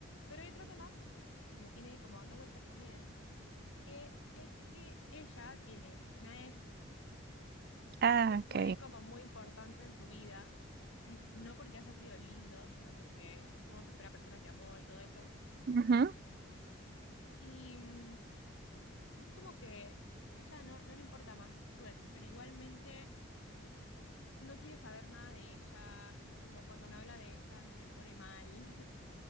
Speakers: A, on the left; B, on the right.
A: Pero hay otro tema que me tiene como dando vueltas también, que es que ella tiene una ex
B: ah,
A: que fue
B: ok.
A: como muy importante en su vida, n- no porque haya sido lindo, sino porque supongo que fue la persona que amó y todo eso.
B: Ujú.
A: Y, mm, y es como que ella no, no le importa más su ex, pero igualmente no quiere saber nada de ella, como cuando me habla de ella a mí me pone mal <laughs>